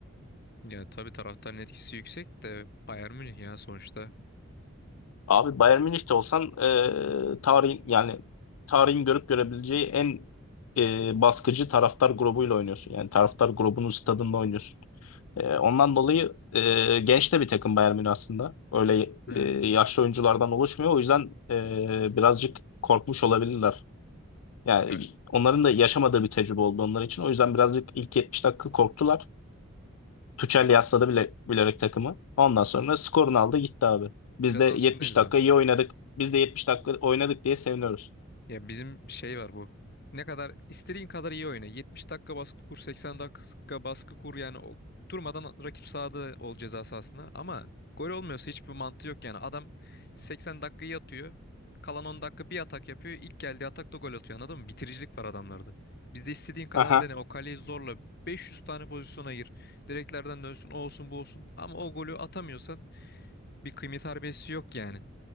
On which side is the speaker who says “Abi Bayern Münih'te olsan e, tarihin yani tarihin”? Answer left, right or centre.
Left